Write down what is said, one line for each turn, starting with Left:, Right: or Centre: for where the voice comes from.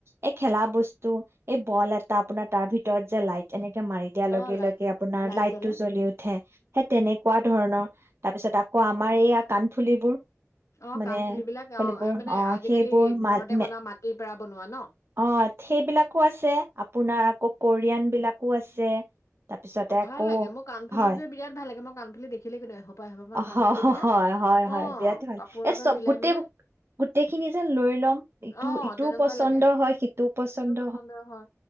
Right: এই খেলা বস্তু, এই বল এটা আপোনাৰ তাৰ ভিতৰত যে লাইট এনে মাৰি দিয়াৰ লগে
Left: অ', লাইট
Right: লগে
Left: জ্বলে
Right: আপোনাৰ
Left: লাইট
Right: লাইটটো
Left: জ্বলে
Right: জ্বলি উঠে। সেই তেনেকুৱা ধৰণৰ, তাৰ পিছত আকৌ আমাৰ এইয়া কাণফুলিবোৰ
Left: অ',
Right: মানে
Left: কাণফুলিবিলাক
Right: ফলিবোৰ
Left: অ', মানে আজিকালি
Right: সেইবোৰ মা
Left: ঘৰতে বনোৱা মাটিৰ পৰা বনোৱা ন?
Right: অ', সেইবিলাকো আছে আপোনাৰ আকৌ কোৰিয়ান বিলাকো আছে। তাৰপিছতে
Left: অ', ভাল
Right: আকৌ
Left: লাগে মোৰ কাণফুলি
Right: হয়
Left: যেে বিৰাট ভাল লাগে মোক কাণ ফুলি দেখিলেই কিনো। আহ মান কাণফুলি
Right: হয়
Left: মানে
Right: হয় হয়
Left: অ',
Right: হয় বিৰাট ভাল
Left: কাপোৰৰ
Right: এই
Left: লগত
Right: চব
Left: মিলাই
Right: গোটেই
Left: মিলাই
Right: গোটেইখিনি যেন লৈ ল'ম ইটো
Left: আহ
Right: ইটোও
Left: তেনেকুৱা
Right: পচন্দ
Left: লাগে
Right: হয় সিটোও পচন্দ
Left: সটো পচন্দৰ হয়